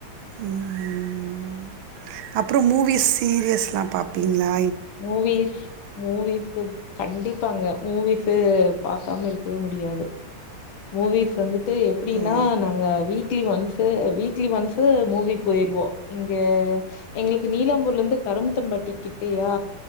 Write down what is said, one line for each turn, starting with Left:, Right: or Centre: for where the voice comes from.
Right: ம் அப்று மூவிஸ் சீரியஸ்லா பாப்பீங்ளா
Left: மூவீஸ் மூவி ஸிப் கண்டிப்பாங்க மூவிஸு பாக்காம இருக்கவே முடியாது மூவிஸ் வந்து ட்டு எப்டினா
Right: ஓ
Left: நாங்க வீக்லி ஒன்ஸ் ஃபு வீக்லி வன்ந்தஃஔ ஸு மூவி போயிர்வோ இங்கே எங்களுக்கு நீலாம்பூர்லந்து கரம்தம் ப பட்டிக்கிட்டேயா